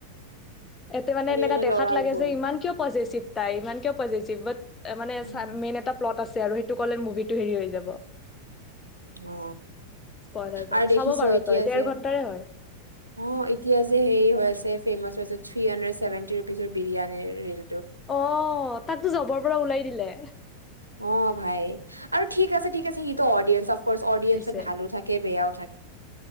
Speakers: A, on the left; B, on the right.
A: এতে মানে
B: খালি
A: এনেকা দেখাত
B: লৰাৰ
A: লাগে
B: ভুল
A: যে ইমান কিয় পজিটিভ তাই ইমান কে পজিটিভ ব মানে
B: উম
A: চ মেইন এটা প্লট আছে। আৰু সেইটো হ হৈ যাব।
B: অ
A: স্পইল হৈ যাব
B: আৰু দেখিছ
A: চাব পাৰ
B: এতিয়া
A: তই দেৰ
B: যে
A: ঘন্টাৰে হয়
B: অ এতিয়া যে হেই হৈ আছে। ফেমাছ হৈছে থ্ৰী হাণ্ড্ৰেড ছেভেন্টি ৰুপিজৰ বিৰিয়ানী ৰিল
A: অ তাতো যাবৰ পৰা ওলাই দিলে।
B: অ ভাই আৰু ঠিক আছে ঠিক আছে সিটো অডিয়েন্স অফ অডেঞ্চত
A: হৈছে
B: ভালো থাকে বেয়াওত